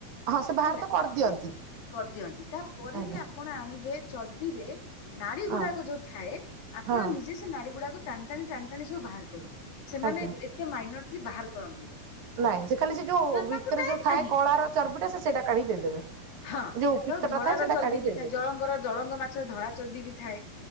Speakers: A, on the right (about 60°); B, on the left (about 90°).
A: ହଁ ସେ ବାହାର
B: ହେଲା
A: ତ କରିଦିଅନ୍ତି
B: ସିଏ କରିଦିଅନ୍ତି। ତାପରେ
A: ଆଜ୍ଞା
B: ବି ଆପଣ ଆଣିବେ ଚର୍ବିରେ ନାଡି
A: ହଁ
B: ଗୁଡାକ ଯୋଉ ଥାଏ ଆପଣ
A: ହଁ
B: ନିଜେ ସେ ନାଡି ଗୁଡାକୁ ଟଣ୍ଟାଣି ଟାଣ୍ଟାଣି ସବୁ ବାହାର କରିବେ। ସେମାନେ
A: ଆଜ୍ଞା
B: ଏତେ ମାଇନରଲି ବାହାର କରନ୍ତିନି
A: ନାଇଁ ସେ ଖାଲି ସେ ଯୋ
B: କାରଣ
A: ଭିତରେ
B: ତାଙ୍କୁ ଟାଇମ
A: ଯୋ ଥାଏ
B: ନାହିଁ
A: କ ତାର ଚର୍ବିଟା ସେ ସେଟା କାଢି ଦେଇଦେବେ।
B: ହଁ
A: ଯୋଉ ପିତ୍ତଟା
B: ତ ଧଳାର
A: ଥାଏ ସେଇଟା
B: ଚର୍ବି
A: କାଢି
B: ବି
A: ଦେଇଦେବେ
B: ଥାଏ ଜଳଙ୍ଗର ଜଳଙ୍ଗମାଛର ଧଳାଚର୍ବି ବି ଥାଏ।